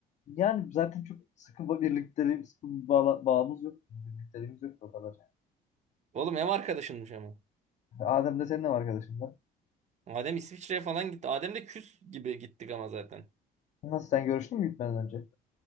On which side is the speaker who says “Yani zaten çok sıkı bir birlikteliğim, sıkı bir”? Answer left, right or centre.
Left